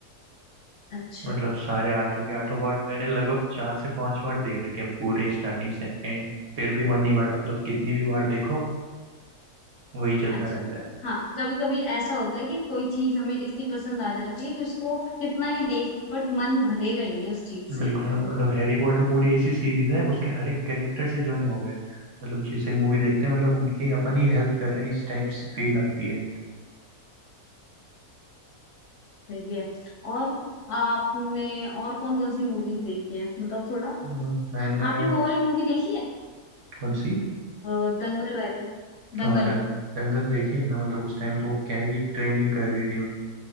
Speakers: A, on the left; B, on the right.
A: अच्छा
B: मतलब सारे आठों के आठों पार्ट मैंने लगभग चार से पांच बार देख रखे हैं पूरे स्टार्टिंग से एंड फिर भी मन नहीं भरता मतलब कितनी भी बार देखो वही चलता
A: अच्छा
B: रहता है
A: हाँ कभी कभी ऐसा होता है कि कोई चीज हमें इतनी पसंद आ जाती है कि उसको कितना ही देख बट मन भरेगा ही नहीं उस चीज से
B: बिल्कुल मतलब हैरी पॉटर पूरी ऐसी सीरीज है उसके हर एक कैरेक्टर से ज्वाइन हो गए मतलब जैसे मूवी देखते हैं मतलब उनकी अपन ही हेल्प कर रहे हैं इस टाइप से फील आती है
A: सही है और आपने और कौन कौन सी मूवीज देखी है मतलब थोड़ा
B: अ, मैंने
A: आपने वो वाली मूवी देखी है
B: कौन सी
A: अ, दंगल वाली दंगल
B: हाँ दंग दंगल देखी है ना मतलब उस टाइम तो वो क्या ही ट्रेंडिंग कर रही थी मतलब